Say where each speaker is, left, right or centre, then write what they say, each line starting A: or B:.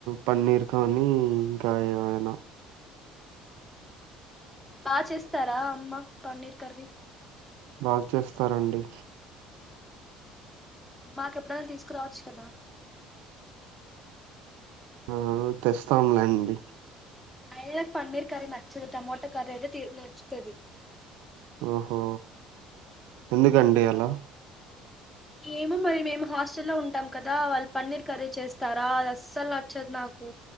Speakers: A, on the right; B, in the centre.
A: పన్నీర్ కానీ ఇంకా ఏమైనా
B: బాగా చేస్తారా అమ్మ పన్నీర్ కర్రీ
A: బాగు చేస్తారండి
B: మాకెప్పుడనా తీసుకురావచ్చు కదా
A: ఆ తెస్తాంలేండి
B: అయిన పన్నీర్ కరి నచ్చదు టమాటో కరి అయితే నచ్చుతుంది
A: ఓహో ఎందుకండి అలా
B: ఏమో మరి మేము హాస్టల్లో ఉంటాం కదా వాళ్ళు పన్నీర్ కర్రీ చేస్తారా అది అస్సలు నచ్చదు నాకు